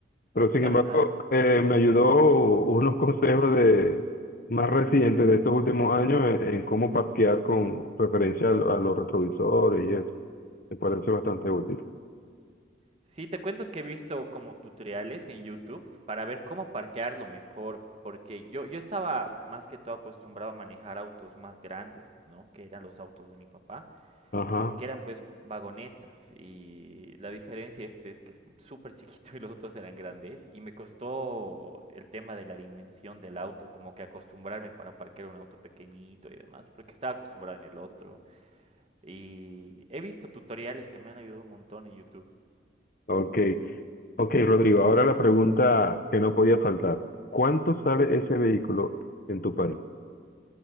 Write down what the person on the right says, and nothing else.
Ajá.
Sí, te cuento que he visto como tutoriales en YouTube para ver cómo parquearlo mejor, porque yo, yo estaba más que todo acostumbrado a manejar autos más grandes, ¿no? Que eran los autos de mi papá.
que eran pues vagonetas y la diferencia este es que es súper chiquito <laughs> y los otros eran grandes y me costó el tema de la dimensión del auto, como que acostumbrarme para parquear un auto pequeñito y demás, porque estaba acostumbrado en el otro y he visto tutoriales que me han ayudado un montón en YouTube.